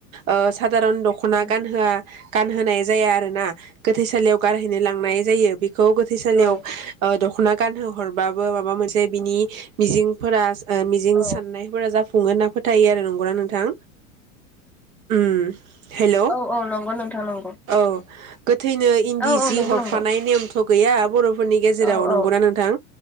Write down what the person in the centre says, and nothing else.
औ
औ
औ
औ नंगौ नोंथां नंगौ
औ औ
नंगौ
नंगौ
औ
औ